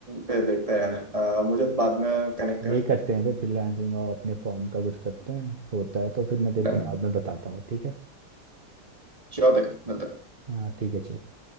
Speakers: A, on the right; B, on the right.
A: पे देखते हैं यार अ, मुझे बाद में कनेक्ट कर
B: यही करते हैं फिर फ्रीलांसिंग और अपने फॉर्म का कुछ करते हैं होता है तो फिर मैं तेरे
A: डन
B: को बाद
A: है
B: में बताता हूँ ठीक है
A: श्योर तक मिलते हैं
B: हाँ ठीक है चल